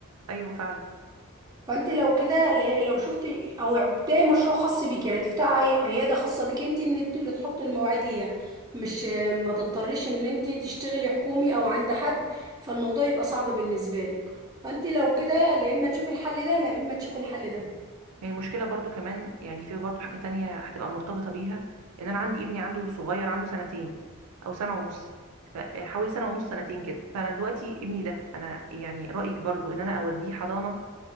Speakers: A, on the right; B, on the right.
A: ايوه فعلا
B: فانت لو كده ل- لو شفت او ابداي مشروع خاص بيك يعني تفتحي عياده خاصه بيك انت ان انت اللي تحط المواعيد ليها مش ما تضطريش ان انت تشتغلي حكومي او عند حد فالموضوع يبقى صعب بالنسبه لك فانت لو كده لا اما تشوفي الحل ده لا اما تشوفي الحل ده
A: هي المشكله برضو كمان يعني في برضو حاجه تانية هتبقى مرتبطه بيها ان انا عندي ابني عنده صغير عنده سنتين او سنه ونص ف- حوالي سنه ونص سنتين كده فانا دلوقتي ابني ده انا يعني رايك برضو ان انا اوديه حضانه